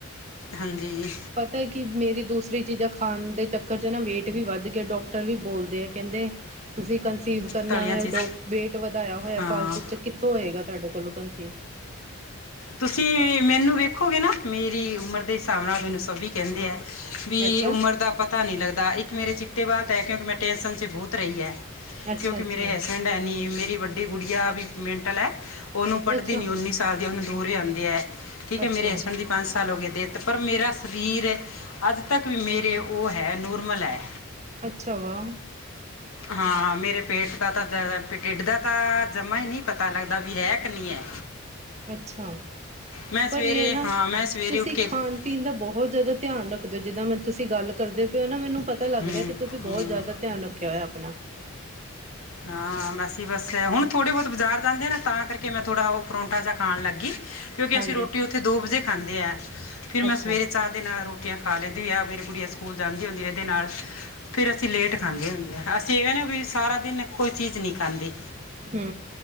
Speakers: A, on the left; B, on the right.
A: ਹਾਂਜੀ।
B: ਪਤੈ ਕੀ ਮੇਰੀ ਦੂਸਰੀ ਚੀਜ਼ਾਂ ਖ ਖਾਣ ਦੇ ਚੱਕਰ 'ਚ ਨਾ ਵੇਟ ਵੀ ਵੱਧ ਗਿਆ ਡੋਕਟਰ ਵੀ ਬੋਲਦੇ ਆ ਕਹਿੰਦੇ, ਤੁਸੀਂ ਕੰ ਕਨਸੀਵ ਕਰਨਾ
A: ਤਲੀਆਂ
B: ਵ,
A: ਚੀਜ਼
B: ਵੇਟ ਵਧਾਇਆ ਹੋਇਆ
A: ਹਾਂ
B: ਫਾਲਤੂ ਚ ਕਿੱਥੋਂ ਹੋਏਗਾ ਤੁਹਾਡੇ ਕੋਲੋਂ ਕਨਸੀਵ।
A: ਤੁਸੀਂ ਮੈਨੂੰ ਵੇਖੋਗੇ ਨਾ ਮੇਰੀ ਉਮਰ ਦੇ ਹਿਸਾਬ ਨਾਲ ਮੈਨੂੰ ਸਭੀ ਕਹਿੰਦੇ ਐ ਵੀ
B: ਅੱਛਾ
A: ਉਮਰ ਦਾ ਪਤਾ ਨਹੀਂ ਲੱਗਦਾ ਇੱਕ ਮੇਰੇ ਚ ਤੇ ਬਾਅਤ ਕ ਕਿਉਂਕਿ ਮੈਂ ਟੈਂਨਸ਼ਨ 'ਚ ਬਹੁਤ ਰਹੀ ਐ
B: ਅੱਛਾ
A: ਕਿਉਂਕਿ
B: ਅੱਛਾ
A: ਮੇਰੇੇ ਹੈਸ ਬੈਂਡ ਹੈ ਨੀ ਮੇਰੀ ਵੱਡੀ ਗੁੜੀਆ ਵੀ ਮੈਟਲ ਐ। ਉਹਨੂੰ ਪੜ੍ਹਦੀ
B: ਅੱਛਾ
A: ਨੀ ਉੱਨੀ ਸਾਲ ਦੀ ਉਹਨੂੰ ਡੋਰੇ ਆਂਦੇ ਐ, ਠੀਕ ਹੈ
B: ਅੱਛਾ
A: ਮੇਰੇ ਹਸਬੈਂਡ ਦੀ ਪੰਜ ਸਾਲ ਹੋ ਗਏ ਡੈਥ, ਪਰ ਮੇਰਾ ਸਰੀਰ ਅੱਜ ਤੱਕ ਵੀ ਮੇਰੇ ਉਹ ਹੈ ਨੋਰਮਲ ਐ।
B: ਅੱਛਾ ਵਾ।
A: ਹਾਂ ਮੇਰੇ ਪੇਟ ਦਾ ਤਾਂ ਜਿਆਦਾ ਢਿੱਡ ਦਾ ਤਾਂ ਜਮਾਂ ਈ ਨੀ ਪਤਾ ਲੱਗਦਾ ਵੀ ਹੈ ਕਿ ਨੀ ਐ।
B: ਅੱਛਾ
A: ਮੈਂ
B: ਪਰ
A: ਸਵੇਰੇ
B: ਇਹ ਹੈ ਨਾ,
A: ਹਾਂ ਮੈਂ ਸਵੇਰੇ
B: ਤੁਸੀਂ
A: ਉੱਠ ਕੇ
B: ਖਾਣ
A: ਹਮ,
B: ਪੀਣ ਦਾ ਬਹੁਤ ਜ਼ਿਆਦਾ ਧਿਆਨ ਰੱਖਦੇ ਹੋ ਜਿੱਦਾਂ ਮੈਂ ਤੁਸੀਂ ਗੱਲ ਕਰਦੇ ਪਏ ਹੋ ਨਾ ਮੈਨੂੰ ਪਤਾ ਲੱਗ
A: ਹੂੰ
B: ਰਿਹਾ ਕਿ ਤੁਸੀਂ ਬਹੁਤ
A: ਹੂੰ
B: ਜ਼ਿਆਦਾ ਧਿਆਨ ਰੱਖਿਆ ਹੋਇਆ ਆਪਣਾ। <inaudible>
A: ਹਾਂ ਬਸ ਹੀ ਬਸ, ਹੁਣ ਥੋੜ੍ਹੇ ਬੋਤ ਬਾਜ਼ਾਰ ਜਾਂਦੇ ਆ ਨਾ ਤਾਂ ਕਰਕੇ ਮੈਂ ਥੋੜ੍ਹਾ ਉਹ ਪਰੋਠਾ ਜਾ ਖਾਣ ਲੱਗੀ। ਕਿਉਂਕਿ
B: ਹਾਂਜੀ
A: ਅਸੀਂ ਰੋਟੀ ਉੱਥੇ ਦੋ ਵਜੇ ਖਾਂਦੇ ਐ, ਫਿਰ ਮੈਂ
B: ਅੱਛਾ
A: ਸਵੇਰੇ ਚਾਹ ਦੇ ਨਾਲ ਰੋਟੀ ਰੋਟੀਆਂ ਖਾ ਲੈਂਦੀ ਆਪਣੀ, ਮੇਰੀ ਗੁੜੀਆ ਸਕੂਲ ਜਾਂਦੀ ਹੁੰਦੀ ਏ ਫੇਰ ਅਸੀਂ ਲੇਟ ਖਾਂਦੇ ਹੁੰਦੇ ਆ ਅਸੀਂ ਇਹ ਵੇਂ ਨਾ ਵੀ ਸਾਰਾ ਦਿਨ ਕੋਈ ਚੀਜ਼ ਨੀ ਖਾਂਦੇ।
B: ਹੂੰ